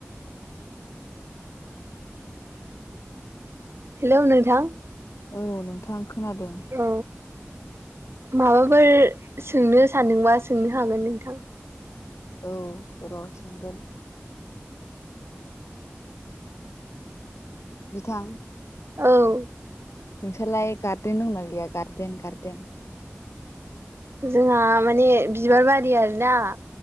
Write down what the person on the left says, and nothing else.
औ नोंथां खोनादों
औ र' सोंगोन बिथां
नोंसालाय गारदेन दंना‌ गैया गारदेन?